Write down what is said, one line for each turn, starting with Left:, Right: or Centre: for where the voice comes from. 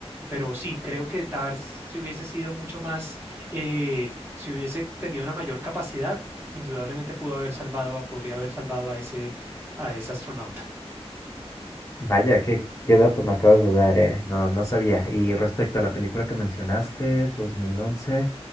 Right: Pero sí, creo que Tars si hubiese sido mucho más, eh, si hubiese tenido una mayor capacidad, indudablemente pudo haber salvado a, podría haber salvado a ese, a ese astronauta.
Left: Vaya, qué, qué dato me acabas de dar, eh. No, no sabía. Y respecto a la película que mencionaste, 2011,